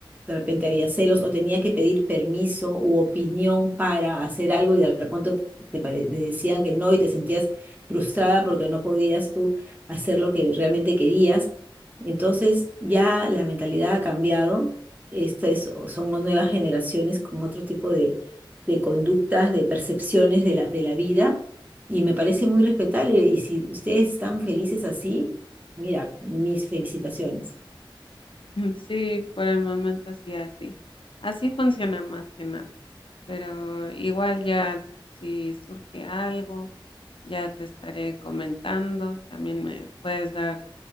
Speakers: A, on the right; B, on the left.
A: de repente había celos o tenía que pedir permiso u opinión para hacer algo y de repente te, pare- te decían que no y te sentías frustrada porque no podías tú hacer lo que realmente querías. Entonces ya la mentalidad ha cambiado. Estas son nuevas generaciones con otro tipo de, de conductas, de percepciones de la, de la vida y me parece muy respetable. Y si ustedes están felices así, mira, mis felicitaciones.
B: Sí, por el momento sí, así. Así funciona más que nada. Pero igual ya si surge algo, ya te estaré comentando. También me puedes dar